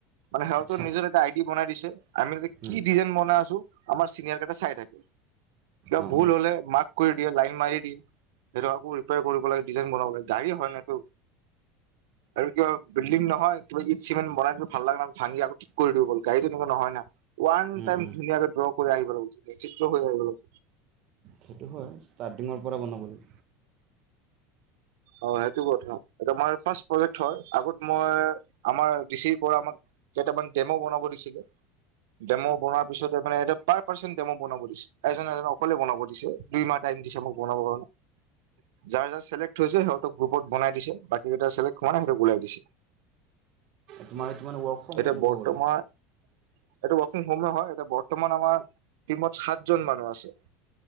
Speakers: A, on the right; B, on the right.
A: মানে সিহঁৰ
B: আচ্ছা
A: নিজৰ এটা আইি বনাই দিছে, আমি
B: উম,
A: কি ডিজাইন বনাই আছো আমাৰ চিনিয়ৰ কেটা চাই থাকে। কিবা
B: অঁ
A: ভুল হ'লে মাক কৰি দিয়ে লাইন মাৰি দিয়ে সেইটো আকৌ ৰিপয়াৰ কৰিব লাগে ডিজাইন বনাব লাগে। গাড়ী হয় ন এইটো। আৰু কিবা বিলডিং নহয় কিবা ইট চিমেণ বনাই দিলো ভাল লগা নাই ভাঙি আকৌ কৰি দিও বল গাড়ী তেনেকোৱা নহয় না, ওৱান
B: উম,
A: টাইম
B: উম।
A: ধুনীয়াকে ড্ৰ কৰি আহিব লাগিব। চিত্ৰ হৈ আহিব লাগে।
B: সেইটো হয় ষ্টাৰ্টিঙৰ পৰা বনাবলৈ।
A: অ', সেইটো কথা এটো মাৰ ফাৰ্ষ প্ৰজেক্ট হয় আগত মই আমাৰ ডিচিৰ পৰা আমাক কেইটামান ডেম' বনাব দিছিলে ডেম' বনাত পিছতে মানে, এইটো পাৰ পাৰ্চ মোক বনাব দিছে, এজন এজনক অকলে বনাব দিছে দুই মাহ টাইম দিছে মোক বনাব কাৰণে। যাৰ যাৰ চিলেক্ট হৈছে সিহঁতক গ্ৰুপত বনাই দিছে, বাকী কেইটা চিলেক্ট হোৱা নাই সিহঁক ওলাই দিছে।
B: তোমাৰ এইটো মানে ৱৰ্ক ফ্ৰম
A: এতিয়া
B: হ'ম ক'ব
A: বৰ্তমান
B: গ'লে।
A: এইটো ৱৰ্কিং হোমে হয় এতিয়া বৰ্তমান আমাৰ টিমত সাতজন মানুহ আছে।